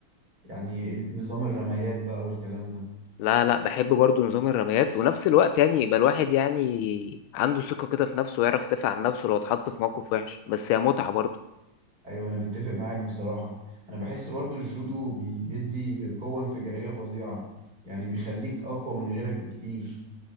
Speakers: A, on the right; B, on the left.
A: يعني نظام الرميات بقى والكلام ده
B: لا لا بحب برضو نظام الرميات ونفس الوقت يعني يبقى الواحد يعني عنده ثقة كده في نفسه ويعرف يدافع عن نفسه لو اتحط في موقف وحش بس هي متعة برضو
A: ايوه انا متفق معاك بصراحة انا بحس برضو الجودو بي- بيدي قوة انفجارية فظيعة يعني بيخليك اقوى من غيرك بكتير